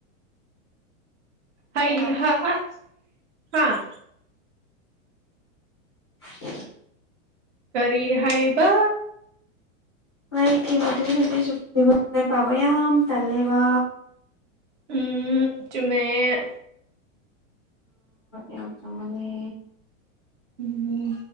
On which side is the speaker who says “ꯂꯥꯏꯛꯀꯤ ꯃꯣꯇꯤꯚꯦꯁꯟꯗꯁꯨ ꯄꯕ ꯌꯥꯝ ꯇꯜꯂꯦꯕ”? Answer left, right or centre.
Left